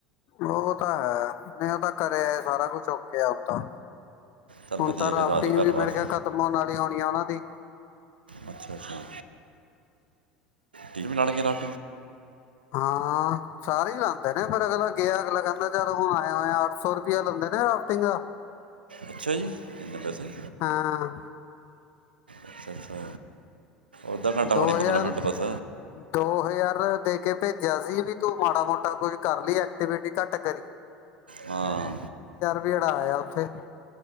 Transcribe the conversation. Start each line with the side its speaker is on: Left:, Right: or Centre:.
Left: ਉਹ ਤਾਂ ਹੈ ਮੈਂ ਉਹ ਤਾਂ ਕਰਿਆ ਸਾਰਾ ਕੁਛ ਕੇਿਆ ਦਾਂ
Right: ਚੱਲ
Left: ਹੁਣ
Right: ਵਧੀਆ
Left: ਤਾਂ ਰਾਫਟਿੰਗ
Right: ਕਿ ਆ ਜਾਓ ਘਰ
Left: ਵੀ
Right: ਵਾਪਸ
Left: ਮੇਰੇ ਕਿਹਾ ਖ਼ਤਮ ਹੋਣ ਵਾਲੀ ਹੋਣੀ ਆ ਉਹਨਾਂ ਦੀ
Right: ਅੱਛਾ ਅੱਛਾ ਟੀ ਵੀ ਨਾਲ ਗ ਨਾਲ
Left: ਹਾਂ ਸਾਰੇ ਲਾਦੇ ਨੇ ਫਿਰ ਅਗਲਾ ਗਿਆ ਅਗਲਾ ਕਹਿੰਦਾ ਚਾਰ ਹੁਣ ਆਇਆ ਹੋਇਆ ਅੱਠ ਸੌ ਰੁਪਇਆ ਲੈਂਦੇ ਨੇ ਰਾਫਟਿੰਗ ਦਾ
Right: ਅੱਛਾ ਜੀ ਇੰੇ ਪੈਸੇ
Left: ਹਾਂ
Right: ਅੱਛਾ ਅੱਛਾ ਅੱਧਾ ਘੰਟਾ
Left: ਦੋ
Right: ਹੋਣੀ
Left: ਹਜ਼ਾਰ
Right: ਮਿੰਟ ਬਸ
Left: ਦੋ ਹਜ਼ਾਰ ਦੇ ਕੇ ਭੇਜ ਸੀ ਵੀ ਤੂੰ ਮਾੜਾ ਮੋਟਾ ਕੁਝ ਕਰ ਲਈ ਐਕਟੀਵਿਟੀ ਘੱਟ ਕਰੀ
Right: ਹਾਂ
Left: ਵਿੇਹੜਾ ਆਇਆ ਉੱਥੇ